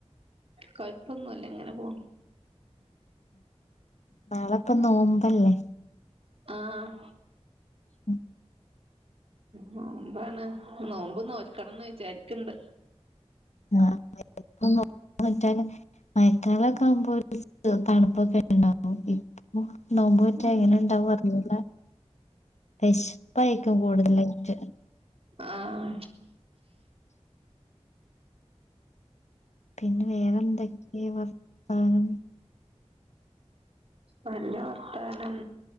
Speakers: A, on the right; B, on the left.
A: കൊഴപ്പൊന്നുമല്ല എങ്ങനെ പോണ്
B: നാളെ ഇപ്പൊ നോമ്പല്ലേ
A: ആഹ
B: ഉം
A: നോമ്പാണ് നോമ്പ്നോക്കണംന്ന് വിചാരിക്ക്ണ്ട്
B: ആ <unintelligible> മയക്കാല <unintelligible> തണുപ്പൊക്കെ ഉണ്ടാവും ഇപ്പൊ നോമ്പോറ്റ
A: ഉം
B: എങ്ങനെ ഇണ്ടാവാറിഞ്ഞുടാ. വിഷപ്പായിക്കും കൂടുതലായിട്ട്.
A: ആഹ്
B: പിന്നെ വേറെന്തൊക്കെയ വർത്താനം?
A: നല്ല വർത്താനം.